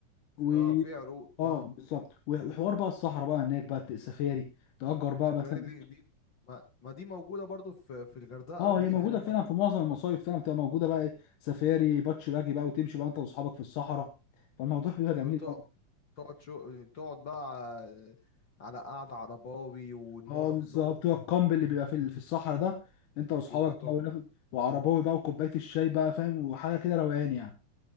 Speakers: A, on the left (about 80°); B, on the left (about 50°).
A: و
B: في... اه في عروق
A: اه
B: اه
A: بالظبط وحوار بقى الصحراء بقى هناك بقى السفاري تأجر بقى
B: السفرية
A: مثلا
B: دي دي ما, ما دي موجودة برضو في في الغردقة
A: اه
B: دي
A: هي موجوده
B: حاجة تحفة
A: فعلا في معظم المصايف فعلا بتبقى موجوده بقى إيه، سفاري باتش باجي بقى وتمشي بقى انت واصحابك في الصحراء فالموضوع بيبقى جميل
B: تق-
A: قوي
B: تقعد شو تقعد بقى على على قعدة عرباوي والنار
A: اه
B: في
A: بالظبط
B: نو...
A: هو الكامب اللي بيبقى في ال- في الصحراء ده انت واصحابك
B: بيبقى تحفة
A: بقى ولف- وعرباوي بقى وكوبايه الشاي بقى فاهم وحاجه كده روقان يعني